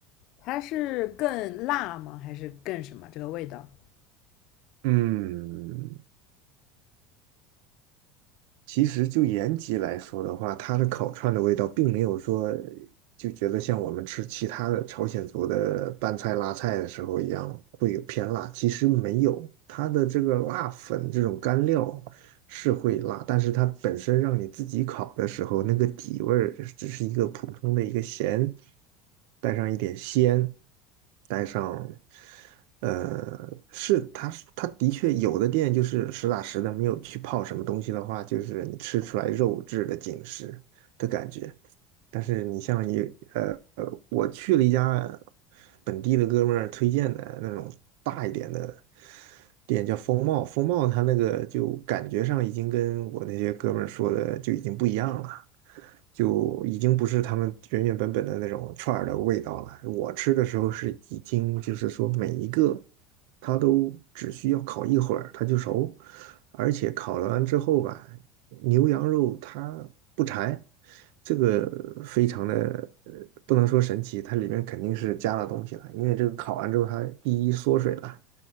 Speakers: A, on the left; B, on the right.
A: 它是更辣吗？还是更什么？这个味道？
B: 嗯，其实就延吉来说的话，它的烤串的味道并没有说就觉得像我们吃其他的朝鲜族的拌菜、辣菜的时候一样，会有偏辣。其实没有，它的这个辣粉这种干料是会辣，但是它本身让你自己烤的时候，那个底味儿只是一个普通的一个咸，带上一点鲜，带上，呃，是它是它的确有的店就是实打实的，没有去泡什么东西的话，就是你吃出来肉质的紧实的感觉。但是你像你呃呃，我去了一家本地的哥们儿推荐的那种大一点的店，叫风貌。风貌它那个就感觉上已经跟我那些哥们儿说的就已经不一样了。就已经不是他们原原本本的那种串儿的味道了。我吃的时候是已经就是说每一个它都只需要烤一会儿它就熟，而且烤了完之后吧，牛羊肉它不柴，这个非常的呃不能说神奇，它里面肯定是加了东西了，因为这个烤完之后它第一缩水了，